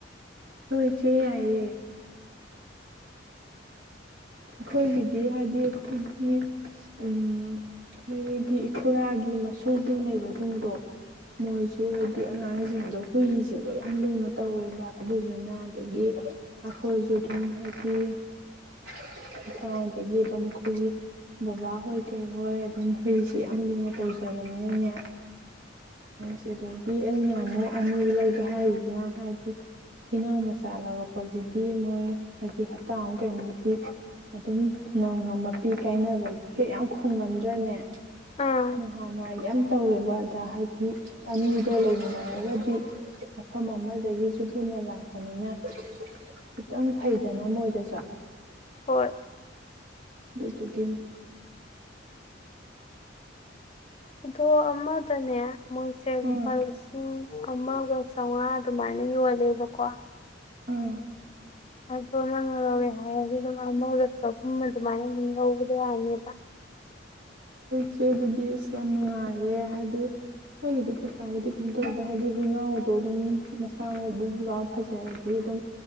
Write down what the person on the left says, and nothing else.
ꯑꯥ
ꯍꯣꯏ
ꯑꯗꯣ ꯑꯃꯗꯅꯦ ꯃꯣꯏꯁꯦ ꯂꯨꯄꯥ
ꯂꯤꯁꯤꯡ ꯑꯃꯒ ꯆꯥꯝꯃꯉꯥ ꯑꯗꯨꯃꯥꯏꯅ ꯌꯣꯜꯂꯦꯕꯀꯣ
ꯪꯨꯝ ꯗ ꯌꯥꯅꯤ